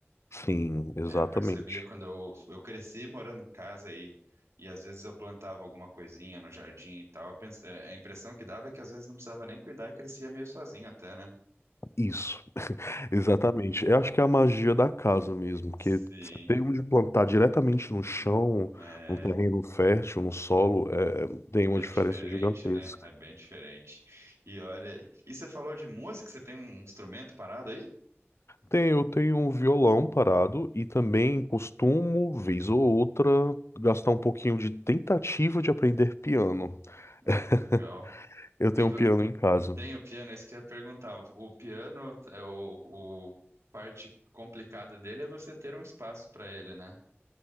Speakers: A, on the left; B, on the right.
A: Sim, exatamente.
B: É, eu percebia quando eu, eu cresci morando em casa e, e às vezes eu plantava alguma coisinha no jardim e tal. Eu pense- é, a impressão que dava é que às vezes não precisava nem cuidar e crescia meio sozinho até, né?
A: Isso. Exatamente. Eu acho que é a magia da casa mesmo,
B: Sim.
A: que você tem onde plantar diretamente no chão,
B: Hum. É,
A: num terreno fértil, no solo, é, tem uma
B: é
A: diferença
B: diferente,
A: gigantesca.
B: né? É bem diferente. E olha, e você falou de música? Você tem um instrumento parado aí?
A: Tem, eu tenho um violão parado e também
B: Uhum.
A: costumo, vez ou outra, gastar um pouquinho de tentativa de aprender piano.
B: Ah,
A: <laughs>
B: que legal.
A: Eu tenho
B: E vo-
A: um piano em casa.
B: tem o piano, é isso que eu ia perguntar. O piano é o, o parte complicada dele é você ter um espaço para ele, né?